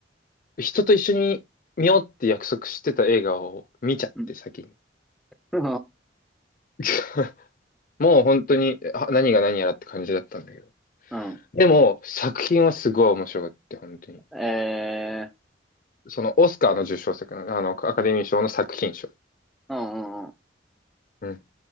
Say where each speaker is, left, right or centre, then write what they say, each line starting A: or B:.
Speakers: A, on the left (about 45°); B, in the centre.
A: 人と一緒に見ようって約束してた映画を見ちゃって先に。
B: <laughs> うん、
A: <laughs> もう本当にあ何が何やらって感じだったんだけど。
B: うん、
A: でも作品はすごい面白かった、本当に。
B: え
A: そのオスカーの受賞作の、あの、アカデミー賞の作品賞。
B: ー、うん、うん、うん。
A: うん。